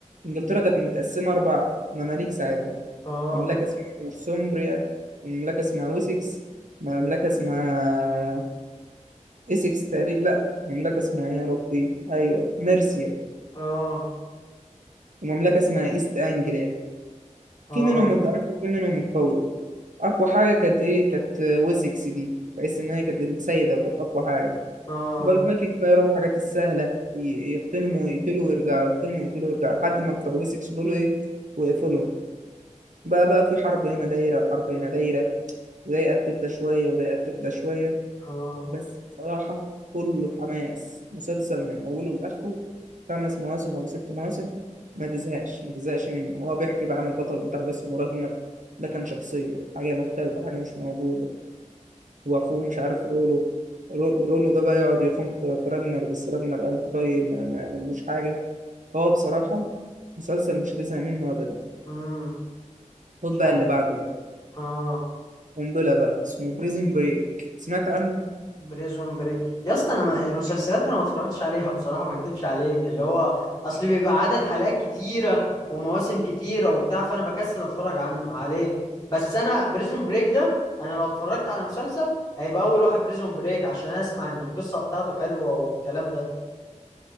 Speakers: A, on the right; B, on the left.
A: انجلترا كانت متقسمة أربع مماليك ساعتها
B: اه
A: مملكة اسمها نورثومبريا ومملكة اسمها ويسكس مملكة اسمها إسكس تقريبا لأ مملكة اسمها إيه يا ربي أيوه ميرسيا
B: اه
A: ومملكة اسمها إيست أنجليا
B: اه
A: في منهم الضعيف وفي منهم القوي اقوى حاجه كانت ايه كانت ويسكس دي بحيث ان هي كانت السيده وكانت اقوى حاجه
B: اه
A: يبقى الفايكنج بقى يروحوا الحاجات السهله ي- يغتنموا ويقتلوا ويرجعوا يغتنموا ويقتلوا ويرجعوا لحد ما بتوع ويسكس دول ايه ويقفلهم بقى بقى في حرب هنا دايره وحرب هنا دايره وده يقتل ده شويه وده يقتل ده شويه
B: اه
A: بس بصراحه كله حماس مسلسل من اوله لاخره خمس مواسم ولا ست مواسم ما تزهقش ما تزهقش منه هو بيحكي بقى عن البطل بتاعه ده اسمه راجنر ده كان شخصية حاجة مختلفة حاجة مش موجودة واخوه مش عارف رولو رو- رولو ده بقى يقعد يخون في في راجنر بس راجنر قلبه طيب ما ما يعملوش حاجه هو بصراحه مسلسل مش رزق منه ابدا
B: امم
A: خد
B: مش
A: بقى
B: عارف
A: اللي بعده بقى
B: اه
A: قنبله بقى اسمه بريزن بريك سمعت عنه
B: بريزون بري يا اسطى انا ما المسلسلات انا ما اتفرجتش عليها بصراحه ما اكدبش عليك اللي هو اصل بيبقى عدد حلقات كتيره ومواسم كتيره وبتاع فانا بكسل اتفرج عنه عليه بس انا بريزون بريك ده انا لو اتفرجت على مسلسل هيبقى اول واحد بريزون بريك عشان اسمع ان القصه بتاعته حلوه والكلام ده